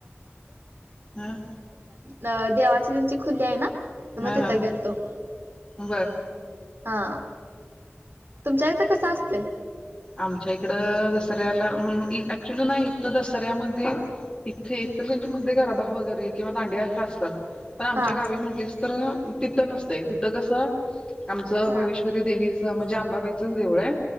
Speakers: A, on the left (about 15°); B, on the right (about 55°).
A: हा
B: अ देवाची त्यांची खुली आहे ना तर मग
A: हा
B: तिथं
A: हा
B: गेलतो
A: बर
B: हां. तुमच्या इथं कस असते.
A: आमच्या इकडं दसऱ्याला ऍक्च्युली नाही तर दसऱ्यामध्ये. इथे इर त्यांच्या म गराबा वगैरे किंवा दांडे्या असशा असतात. पण आमच्या
B: हां.
A: गावी म्हटलीस तर तिथं नसतं तिथं कसं आमचं
B: हा
A: भाविष्य देवीच म्हणजे आंबाबाईचच देवळ आहे